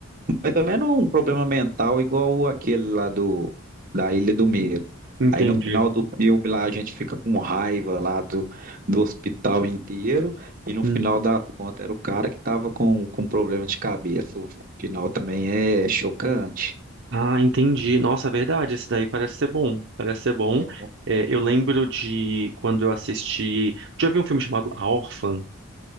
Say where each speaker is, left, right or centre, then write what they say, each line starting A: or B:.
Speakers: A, on the right; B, on the right.
A: mais ou menos um problema mental igual aquele lá do, da Ilha do Medo.
B: entendi.
A: Aí no final do filme lá a gente fica com raiva lá do, do hospital inteiro e no
B: Hum.
A: final das contas era o cara que tava com, com problema de cabeça. O final também é chocante.
B: Ah, entendi. Nossa, é verdade. Esse daí parece ser bom. Parece ser bom.
A: É
B: É, eu lembro de quando eu assisti. Já vi um filme chamado A Órfã?